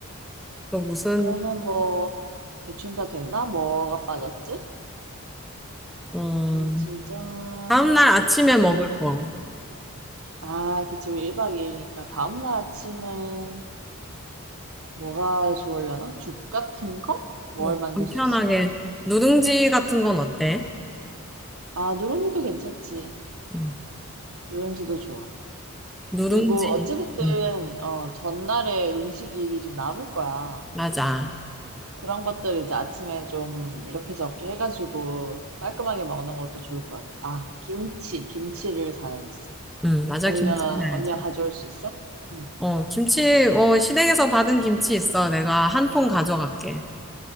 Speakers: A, in the centre; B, on the right.
A: 또 무슨
B: 그러면 뭐, 대충 다 됐나? 뭐가 빠졌지?
A: 음,
B: 김치전,
A: 다음날
B: 비비큐.
A: 아침에 먹을 거.
B: 아, 그치. 우리 1박 2일이니까 다음날 아침은 뭐가 좋으려나? 죽 같은 거? 뭘
A: 음,
B: 만들
A: 간편하게
B: 수 있을까?
A: 누룽지 같은 건 어때?
B: 아, 누룽지도 괜찮지.
A: 음,
B: 누룽지도 좋아.
A: 누룽지.
B: 그리고 어찌됐든,
A: 음,
B: 어, 전날에 음식이 좀 남을 거야.
A: 맞아.
B: 그런 것들 이제 아침에 좀 이렇게 저렇게 해가지고 깔끔하게 먹는 것도 좋을 것 같아. 아, 김치. 김치를 사야겠어.
A: 음, 맞아.
B: 아니면
A: 김치 사야지
B: 언니가 가져올 수 있어? 응.
A: 어, 김치, 어, 시댁에서 받은 김치 있어. 내가 한 통 가져갈게.